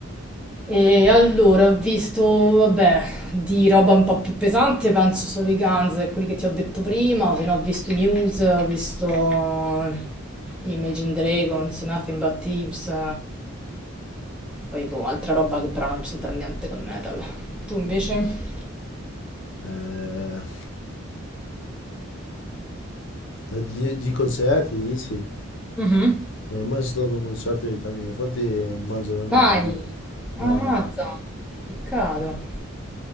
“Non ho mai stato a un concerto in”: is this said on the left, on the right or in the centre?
Left